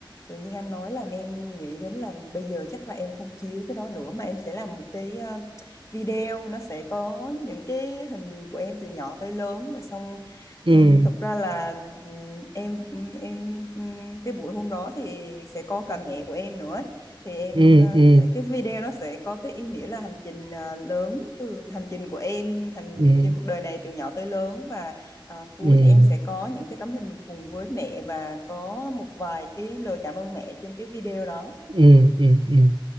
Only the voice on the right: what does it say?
ừ
ừ
ừ
ừ
ừ ừ.
ừ ừ ừ